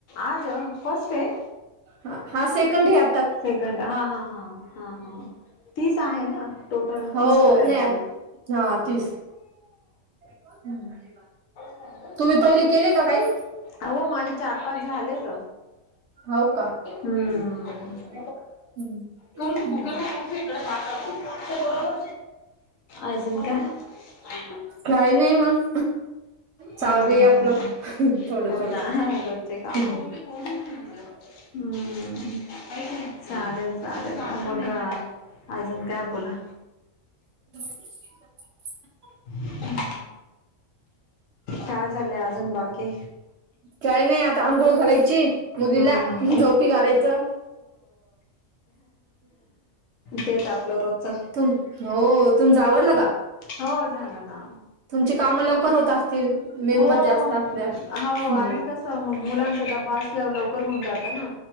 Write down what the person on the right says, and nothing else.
ह हा सेकंड ह्या.
हो
नाही हा तीस हम्म.
तुम्ही पहिले केले का काही
हो का
हम्म.
हम्म.
काही नाही मग. चालू
आहे आपलं थोडं
थोडं
हम्म.
<inaudible>
काही नाही आता आंघोळ घालायची मुलीला
झोपी घालायचं
तुम हो तुमचं आवरलं का
तुमची कामं लवकर होत असतील मेंबर
जास्त असल्यामुळे